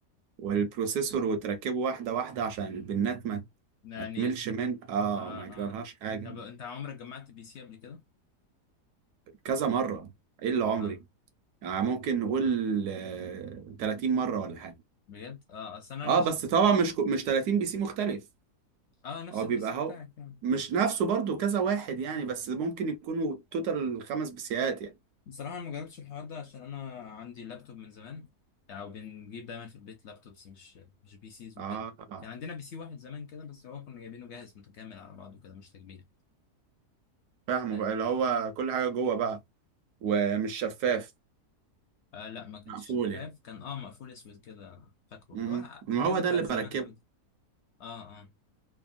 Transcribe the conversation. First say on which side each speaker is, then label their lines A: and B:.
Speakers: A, on the right; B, on the left.
A: والبروسيسور وتركبه واحده واحده عشان البنات ما
B: يعني
A: ما تملش من اه
B: اه اه
A: ما يجرالهاش حاجه
B: طب انت عمرك جمعت بي سي قبل كده
A: كذا مره ايه اللي عمري
B: اه
A: يعني ممكن نقول آه، 30 مرة ولا حاجة
B: بجد اه اصل انا
A: اه
B: مش
A: بس طبعا مش كو- مش 30 بي سي مختلف
B: اه نفس
A: هو
B: البي
A: بيبقى
B: سي بتاعك
A: هو
B: يعني
A: مش نفسه برضو كذا واحد يعني بس ممكن يكونوا توتال خمس بيسيات يعني
B: بصراحه أنا ما جربتش الحوار ده عشان انا عندي لابتوب من زمان او بنجيب دايما في البيت لابتوبس مش مش بي سيز
A: اه
B: وكده
A: آه،
B: كان عندنا بي سي واحد زمان كده بس هو كنا جايبينه جاهز متكامل على بعضه كده مش تجميع
A: فاهمه
B: آه.
A: بقى اللي هو كل حاجة جوه بقى ومش شفاف
B: آه لا ما كانش
A: مقفول
B: شفاف
A: يعني
B: كان اه مقفول اسود كده فاكره
A: م-
B: اللي هو
A: م. ما
B: الاجهزه
A: هو ده
B: بتاعت
A: اللي
B: زمان
A: بركبه
B: قوي دي اه اه